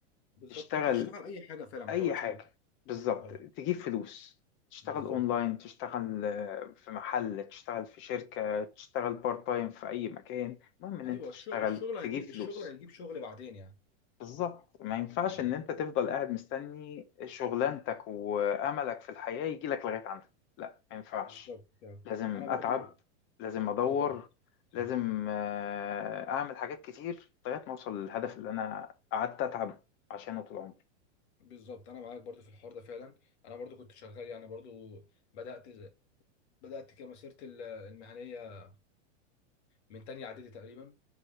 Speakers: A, on the left (about 65°); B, on the left (about 35°).
A: بالظبط
B: تشتغل
A: انت تشتغل اي حاجه فعلا ما
B: اي
A: تقعدش
B: حاجه
A: في البيت
B: بالظبط
A: ايوه
B: تجيب فلوس تشتغل
A: بالظبط
B: اونلاين تشتغل آه، في محل تشتغل في شركه تشتغل بارت تايم في اي مكان المهم ان
A: ايوه
B: انت تشتغل
A: الشغل الشغل هيجيب
B: تجيب فلوس
A: الشغل هيجيب شغل بعدين يعني
B: بالظبط ما ينفعش
A: ايوه
B: ان انت تفضل قاعد مستني شغلانتك واملك في الحياه يجيلك لغايه عندك لا ما ينفعش
A: بالظبط كده.
B: لازم
A: انا برضو
B: اتعب لازم ادور
A: بالظبط
B: لازم
A: صح
B: آه، اعمل حاجات كتير لغايه ما اوصل للهدف اللي انا قعدت اتعب عشانه طول عمري
A: بالظبط انا معاك برضو في الحوار ده فعلا انا برضو كنت شغال يعني برضو بدات بدات كمسيرتي ال- المهنيه من تانية اعدادي تقريبا